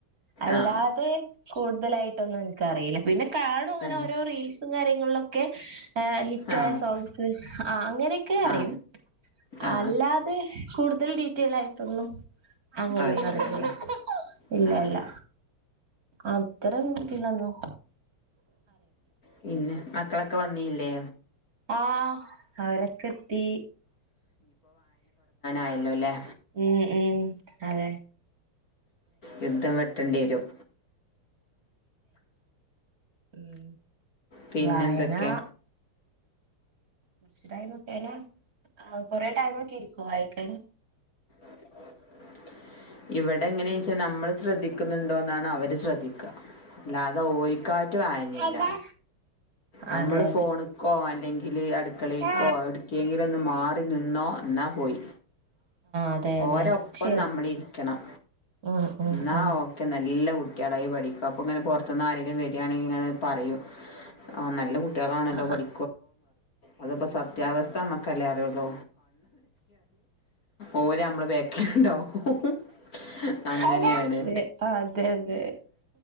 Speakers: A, on the right; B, on the left.
A: അല്ലാതെ
B: ആ
A: കൂട് ട്തലായിട്ടൊന്നും ഇൻക്ക്റീല്ല പിന്നെ കാണും ങ്ങനെ
B: തന്നെ
A: ഓരോ റീൽസും കാര്യങ്ങളിലൊക്കെ. ആ ഹിറ്റായ
B: ആ
A: സോങ്സ് ആ അങ്ങനെയൊക്കെ അറിയും.
B: ആ ആ
A: അല്ലാതെ കൂടുതൽ ഡീറ്റെയിലായി ട്ടൊന്നും അങ്ങനൊന്നും
B: അറിയൂലല്ലേ
A: അറിയില്ല <unintelligible> ഇല്ല
B: ആഹ്
A: ല്ല അത്രരം <unintelligible> ഇതേലൊന്നും.
B: പിന്നെ മക്കളൊക്കെ വന്നീല്ലേ?
A: ആ അവരൊക്കെ എത്തീ.
B: ആയല്ലോ ലെ.
A: ം ംഅതെ
B: യുദ്ധം വെട്ടേണ്ടിരും.
A: ഉം
B: പിന്നെ
A: വായനാ
B: എന്തൊക്കെ
A: കൊറച്ച് ടൈമോക്കേനെ ആ കൊറെ ടൈമൊക്കെ ഇരിക്കോ വായിക്കാന്?
B: <unintelligible> ഇവിടെ ങ്ങനെൺച്ചാ നമ്മൾ ശ്രദ്ധിക്കുന്നുണ്ടോ ന്നാണ് അവര് ശ്രദ്ധിക്കാ. ല്ലാതെ ഓൽക്കായിട്റ്റ് വായനീല്ല.
A: അതെ
B: നമ്മള്
A: അതെ
B: ഫോണിക്കോ അല്ലെങ്കി അടുക്കളീക്കോ
A: ആ
B: എടുക്കെങ്കിലോന്ന് മാറി നിന്നോ ന്നാ പോയി.
A: അതെ അതെ
B: ഓരോപ്പം
A: ശരി
B: നമ്മളിരിക്കണം.
A: ഉം ഉം
B: ന്നാ
A: ഉം
B: ഓക്കെ നല്ല കുട്ളായിപഠിക്കും അപ്പൊ ങ്ങനെ പൊറത്ത്ന്നാരേലും വേരാണെങ്കിങ്ങനെ പറയും ആ നല്ല കു കുട്യാളാണല്ലോ
A: ആ
B: പഠി അത്പ്പോ സത്യാവസ്ഥ നമ്മക്കല്ലേ അറ്യോള്ളു. ഓല് നമ്മളെബക്കില്ഹ്ണ്ടാവുംഹ്ഹും അങ്ങനെയാണ്.
A: അതെ അതെ അതെ